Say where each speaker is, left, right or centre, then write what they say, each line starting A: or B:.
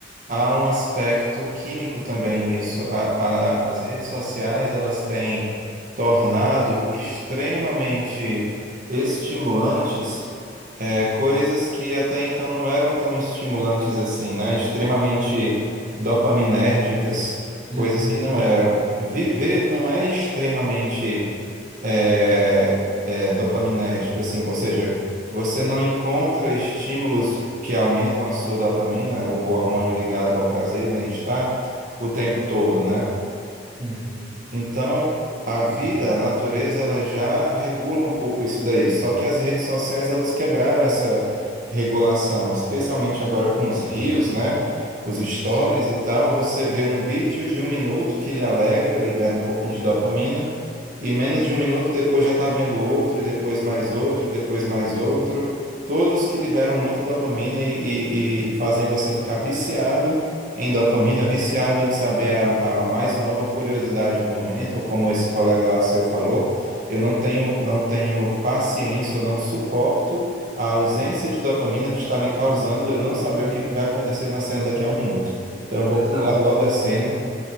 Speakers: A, on the right; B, on the right.
A: há um aspecto químico também nisso. A-
B: Uhum.
A: a- as redes sociais, elas têm tornado extremamente estimulantes, eh, coisas que até então não eram tão estimulantes assim, né? Extremamente dopaminérgicas,
B: Uhum,
A: coisas que não
B: uhum,
A: eram. Viver não é extremamente é, é, dopaminérgico, assim, ou seja, você não encontra estímulos que aumentam a sua dopamina, o hormônio ligado ao prazer e bem-estar, o tempo todo, né?
B: uhum.
A: Então, a vida, a natureza, ela já regula um pouco isso daí. Só que as redes sociais, elas quebraram essa regulação, especialmente agora com os rios, né? Os stories
B: Sim,
A: e tal. Você vê um vídeo de um minuto que lhe alegra, libera um pouquinho de dopamina, e menos de um minuto depois já está vendo outro, e depois mais outro, e depois mais outro. Todos que liberam muita dopamina e, e e fazem você ficar viciado em dopamina, viciado em saber a, a mais nova curiosidade do momento, como esse colega lá seu falou, eu não tenho, não tenho paciência, eu não suporto a ausência de dopamina que está me causando eu não saber
B: uhum.
A: o que que vai acontecer na cena daqui a um minuto. Então eu vou
B: Exatamente,
A: pular logo a cena